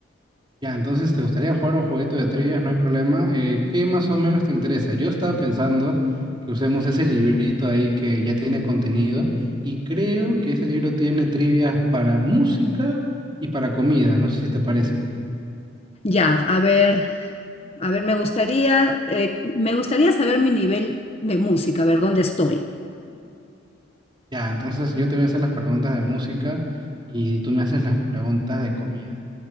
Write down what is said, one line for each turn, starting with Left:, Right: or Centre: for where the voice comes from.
Right: Ya, entonces te gustaría jugar un jueguito de trivias, no hay problema. Eh, ¿qué más o menos te interesa? Yo estaba pensando que usemos ese librito ahí que ya tiene contenido y creo que ese libro tiene trivias para música y para comidas. No sé si te parece.
Left: Ya, a ver, a ver, me gustaría, eh, me gustaría saber mi nivel de música, a ver dónde estoy.
Right: Ya, entonces yo te voy a hacer las preguntas de música y tú me haces las preguntas de comida.